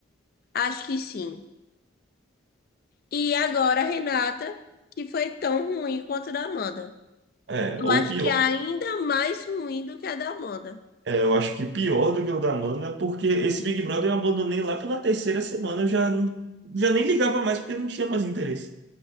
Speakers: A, on the left (about 50°); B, on the right (about 60°).
A: Acho que sim. E agora a Renata, que foi tão ruim quanto a da Amanda.
B: É,
A: Eu
B: ou
A: acho
B: pior.
A: que é ainda mais ruim do que a da Amanda.
B: É, eu acho que pior do que o da Mana, porque esse Big Brother eu abandonei lá pela terceira semana, eu já, não- já nem ligava mais porque não tinha mais interesse.